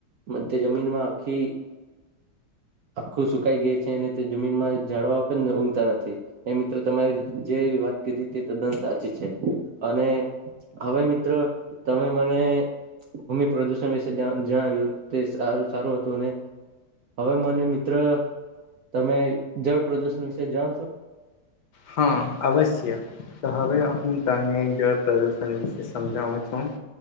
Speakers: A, on the right; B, on the left.
A: મ તે જમીનમાં આખી આખું સુકાઈ ગયું છે અનેને તે જમીન માં જાડવા પણ ઊંઘતા નથી એ તમારી જે વાત કીધી તે તદ્દન સાચી છે અને હવે મિત્રો તમે મને ભૂમિ પ્રદુષણ વિશે જણાવ્યું તે સારું સારું હતું અને હવે મને મિત્ર તમે જળ પ્રદર્શન વિશે જાણાવ છો
B: હા અવશ્ય તો હવે હું તને જળ પ્રદુષણ વિશે સમજાવું છું.